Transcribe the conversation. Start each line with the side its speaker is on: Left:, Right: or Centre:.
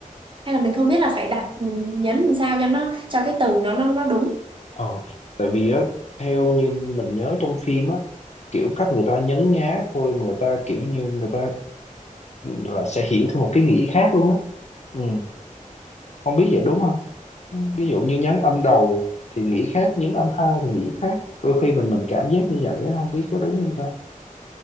Right: hay là mình không biết là phải đặt ừm, nhấn làm sao cho nó cho cái từ nó nó nó đúng
Left: ờ tại vì á theo như mình nhớ trong phim á kiểu cách người ta nhấn nhá thôi mà người ta kiểu như người ta là sẽ hiểu theo một cái nghĩa khác luôn á ừ. không biết vậy đúng không Ừ. ví dụ như nhấn âm đầu thì nghĩ khác nhấn âm hai thì nghĩ khác đôi khi mình mình cảm giác như vậy á không biết có đúng không ta